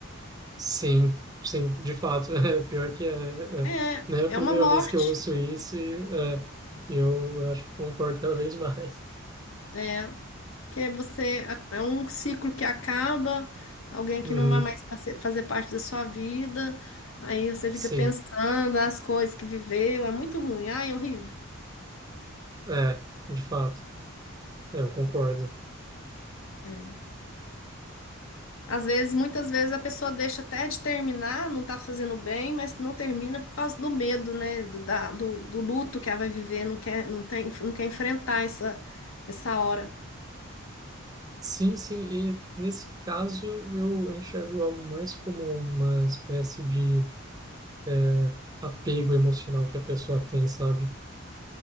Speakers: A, on the right; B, on the left.
A: Sim, sim, de fato, <laughs> é pior que é, é,
B: É,
A: né, a
B: é
A: primeira
B: uma morte.
A: vez que eu ouço isso, e, é, eu acho que concordo cada vez mais. <laughs>
B: É, que você, é um ciclo que acaba, alguém que
A: Uhum,
B: não vai mais face- fazer parte da sua vida, aí você fica
A: sim,
B: pensando nas coisas que viveu, é muito ruim, ai, é horrível.
A: é, é, de fato, é, eu concordo.
B: É. Às vezes, muitas vezes a pessoa deixa até de terminar, não tá fazendo bem, mas não termina por causa do medo, né? Do, da- do, do luto que ela vai viver, não quer, não tem, não quer enfrentar essa, essa hora.
A: Sim, sim, e nesse caso eu enxergo algo mais como uma espécie de é, apego emocional que a pessoa tem, sabe?